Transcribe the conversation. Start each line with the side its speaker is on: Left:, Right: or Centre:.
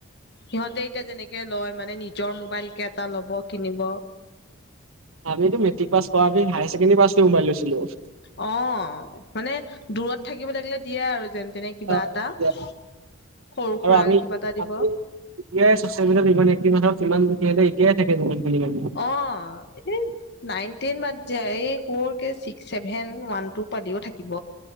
Left: সিহঁতে এতিয়া যেনেকে লয় মানে নিজৰ মোবাইল এটাকে ল'ব কিনিব।
Right: আমিতো মেট্ৰিক পাছ কৰা আমি হায়াৰ ছেকেণ্ডেী পাছ কৰি মোবাইল লৈছিলো।
Left: অ মানে দূৰত থাকিব লাগিলে দিয়ে আৰু যেন তেনেকে। কিবা
Right: অ'
Left: এটা সৰু
Right: আৰু
Left: সুৰাকে
Right: আমি
Left: কিবা এটা দিব।
Right: <inaudible>
Left: অ এই নাইনটিন মাত <inaudible> ছেভেন ওৱান টু পালিও থাকিব।